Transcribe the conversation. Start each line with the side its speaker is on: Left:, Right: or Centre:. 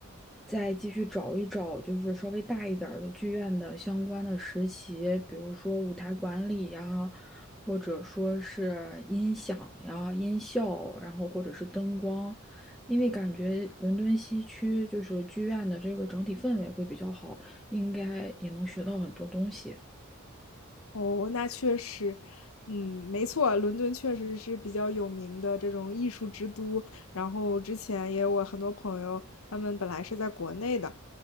Centre: 再继续找一找，就是稍微大一点儿的剧院的相关的实习，比如说舞台管理呀，或者说是音响呀、音效，然后或者是灯光，因为感觉伦敦西区就是剧院的这个整体氛围会比较好，应该也能学到很多东西。
Left: 哦，那确实，嗯，没错，伦敦确实是比较有名的这种艺术之都。然后之前也有我很多朋友，他们本来是在国内的，